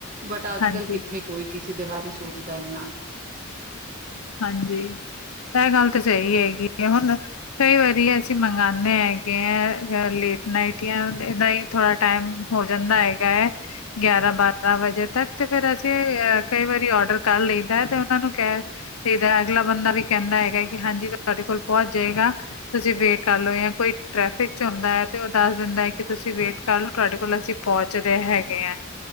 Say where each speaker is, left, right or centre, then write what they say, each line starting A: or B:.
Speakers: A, on the right; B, on the left.
A: ਬਟ ਅੱਜ
B: ਹਾਂਜੀ
A: ਕੱਲ ਕਿੱਥੇ ਕੋਈ, ਕਿਸੇ ਦੇ ਬਾਰੇ ਸੋਚਦਾ ਇੰਨਾ।
B: ਹਾਂਜੀ, ਇਹ ਗੱਲ ਤਾਂ ਸਹੀ ਹੈਗੀ ਆ। ਹੁਣ- ਕਈ ਵਾਰੀ ਅਸੀਂ ਮੰਗਵਾਉਂਦੇ ਹੈਗੇ ਆ। ਲੇਟ ਨਾਈਟ ਜਾਂ ਇਦਾਂ ਹੀ। ਥੋੜਾ ਟਾਈਮ ਹੋ ਜਾਂਦਾ ਹੈਗਾ ਹੈ। ਗਿਆਰਾਂ, ਬਾਰਾਂ ਵਜੇ ਤੱਕ ਤੇ, ਫੇਰ ਅਸੀਂ ਅ ਕਈ ਵਾਰੀ ਔਡਰ ਕਰ ਲਣੀ ਦਾ ਹੈ, ਤੇ ਉਹਨਾਂ ਨੂੰ ਕਹਿ। ਤੇ ਅਗਲਾ ਬੰਦਾ ਵੀ ਕਹਿੰਦਾ ਹੈਗਾ ਕਿ ਹਾਂਜੀ ਤੁਹਾਡੇ ਕੋਲ ਪਹੁੰਚ ਜਾਏਗਾ। ਤੁਸੀਂ ਵੇਟ ਕਰਲੋ, ਜਾਂ ਕੋਈ ਟ੍ਰੈਫਿਕ ਚ ਹੁੰਦਾ ਹੈ ਤੇ, ਉਹ ਦੱਸ ਦਿੰਦਾ ਹੈ ਕਿ, ਤੁਸੀਂ ਵੇਟ ਕਰ ਲੋ ਤੁਹਾਡੇ ਕੋਲ ਅਸੀਂ ਪਹੁੰਚਦੇ ਹੈਗੇ ਹੈ।